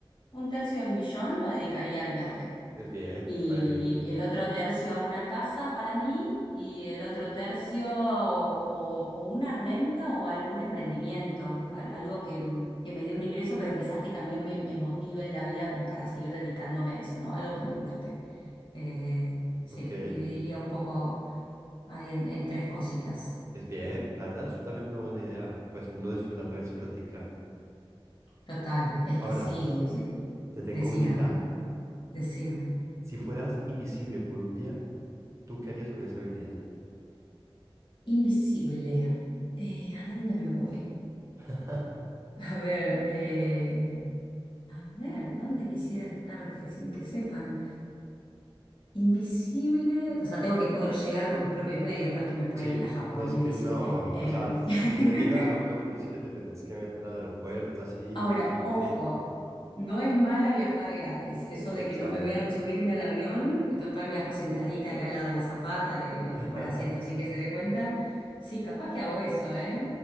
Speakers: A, on the left; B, on the right.
A: un tercio del millón lo dedicaría al viaje.
B: es bien,
A: y
B: me parece bien.
A: el otro tercio a una casa para mí y el otro tercio o, o- o una renta o algún emprendimiento, al- algo que, m- que me dé un ingreso, pero quizás que también me, me motive en la vida como para seguir dedicándome a eso, ¿no? Algo que me guste. Eh, sí,
B: Ok,
A: dividiría un poco ahí en, en tres cositas.
B: Es bien, la verdad es también es una buena idea, pues uno disfrutar también su plática.
A: Total, es que
B: Ahora,
A: sí, sí, sí,
B: te tengo
A: decime,
B: unita.
A: bueno, decime.
B: Si fueras invisible por un día, ¿tú qué harías con esa habilidad?
A: Invisible. Eh, ¿a dónde me voy?
B: <laughs>
A: A ver, eh, A ver, ¿dónde quisiera estar que- sin que sepan? Invisible, o sea, tengo que poder llegar con mis propios medios, no es que me puedo
B: Sí,
A: ir a Japón
B: no es
A: invisible.
B: que, no,
A: em,
B: o sea,
A: <laughs>
B: si quieres llegar a Japón invisible, te tenés que meter al aeropuerto así
A: Ah, bueno,
B: y
A: ojo,
B: trin.
A: no es mala viajar gratis. Eso de
B: Exacto.
A: que no me vean subirme al avión, eh, total viajo sentadita y al lado de la azafata, le, le
B: <laughs>
A: ocupo el asiento sin que se dé cuenta. Sí, capaz que hago eso, ¿eh?